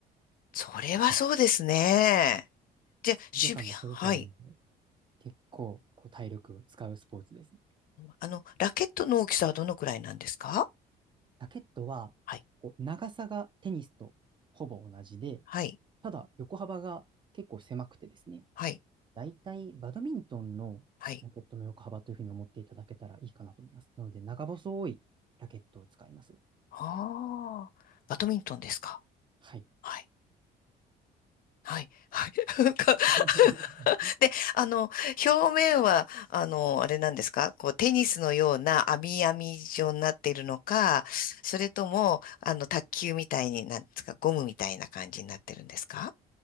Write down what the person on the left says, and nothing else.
それはそうですね。じゃあ、
渋谷、はい。
あの、ラケットの大きさはどのくらいなんですか
はい、
はい、
はい、
はい。
ああ、バドミントンですか
はい、はい、はい。<laughs> なんか <laughs>
で、あの、表面は、あの、あれなんですかこう、テニスのような網網状になっているのか、それとも、あの、卓球みたいに、なんですか、ゴムみたいな感じになってるんですか